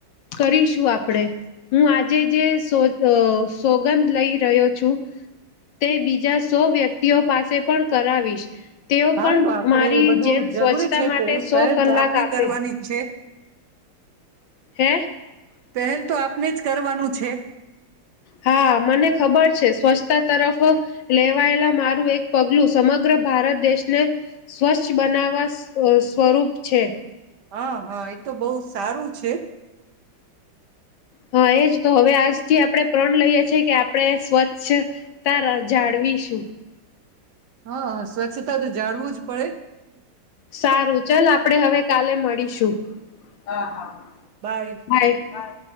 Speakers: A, on the left (about 70°); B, on the right (about 65°).
A: કરીશું આપણેે, હું આજે જે અ સોગંદ લઈ રહ્યો છું, તે બીજા સો વ્યક્તિઓ પાસે પણ કરાવીશ. તેઓ
B: હા
A: પણ
B: તો આપડે
A: મારી
B: બધું
A: જેમ
B: જરૂરી
A: સ્વચ્છતા
B: છે
A: માટે
B: તો
A: સો
B: પહેલ
A: કલાક
B: તો આપને
A: આપે
B: કરવાની જ છે.
A: હે?
B: પહેલ
A: <unintelligible>
B: તો આપને જ કરવાનું છે
A: હા મને ખબર છે સ્વચ્છતા તરફ લેવાયેલા મારું એક પગલું સમગ્ર ભારત દેશને, સ્વચ્છ બનાવવા સ્વ સ્વરૂપ છે.
B: હા હા એ તો બહુ સારું છે.
A: હ એજ તો હવે આજથી આપણે પ્રણ લઈએ છેએ કે આપણે સ્વચ્છતા જાળવીશું.
B: હા હ સ્વચ્છતા તો જાળવું જ પડે.
A: સારું ચલ આપડે હવે કાલે મળીશું. હા હા,
B: બાય.
A: હા એક વાત.